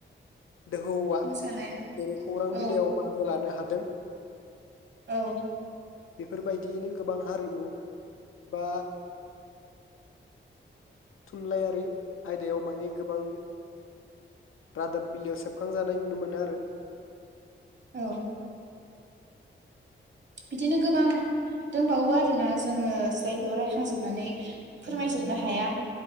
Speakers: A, on the left (about 80°); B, on the right (about 60°).
A: दोहौआ
B: मोसानाय
A: जेरै खौरां
B: औ
A: बिलाइयाव बाहागो लानो हादों।
B: औ।
A: फोरबायदियैनो गोबां हारिमु बा। थुनलाइयारि आयदायाव माने गोबां रादाब बिलाइयाव सेबखांजानाय नुनोमोन मोनो आरो
B: औ बिदिनो गोबां दंबावो आरोना जोङो जाय बेयाव रायखांजोबनानै फोरमायजोबनो हाया